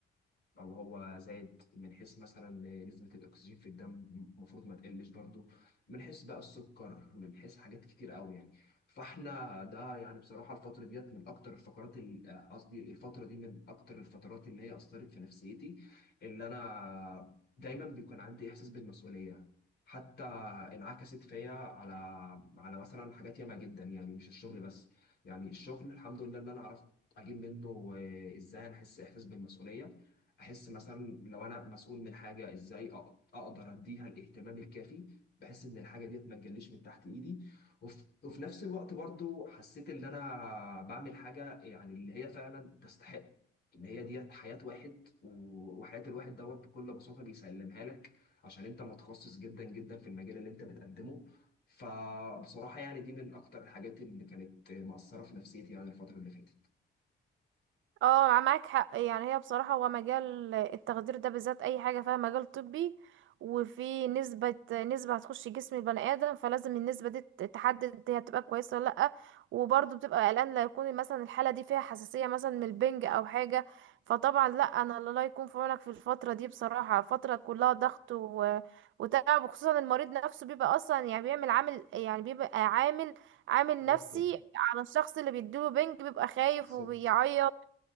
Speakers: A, on the left; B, on the right.
A: او هو زاد من حيث مثلا نسبه الاكسجين في الدم المفروض ما تقلش برضو من حيث بقى السكر من حيث حاجات كتير قوي يعني فاحنا ده يعني بصراحه الفتره ديت من اكتر الفقرات ال- آه، قصدي الفتره دي من اكتر الفترات اللي هي اثرت في نفسيتي اللي انا دايما بيكون عندي احساس بالمسؤوليه حتى انعكست فيا على على مثلا حاجات ياما جدا يعني مش الشغل بس يعني الشغل الحمد لله اللي انا عرفت اجيب منه آه، ازاي انا احس احساس بالمسؤوليه احس مثلا لو انا مسؤول من حاجه ازاي أق- اقدر اديها الاهتمام الكافي بحيث ان الحاجه ديت ما تجليش من تحت ايدي وف- وفي نفس الوقت برضو حسيت ان انا بعمل حاجه يعني اللي هي فعلا تستحق ان هي ديت حياه واحد و- وحياه الواحد دوت بكل بساطه بيسلمها لك عشان انت متخصص جدا جدا في المجال اللي انت بتقدمه فبصراحه يعني دي من اكتر الحاجات اللي كانت مأثره في نفسيتي يعني الفتره اللي فاتت
B: اه معاك حق يعني هي بصراحة هو مجال التخدير ده بالذات اي حاجة فيها مجال طبي وفي نسبة نسبة هتخش جسم البني ادم فلازم النسبة دي ت- تحدد هي هتبقى كويسة ولا لأ وبرضه بتبقى قلقان لا يكون مثلا الحالة دي فيها حساسية مثلا من البنج او حاجة فطبعا لأ انا الله يكون في عونك في الفترة دي بصراحة فترة كلها ضغط و... وتعب وخصوصا المريض نفسه بيبقى اصلا يعني بيعمل عامل يعني بيبقى عامل عامل
A: توتر
B: نفسي على الشخص اللي بيديله بنج بيبقى خايف
A: بالظبط
B: وبيعيط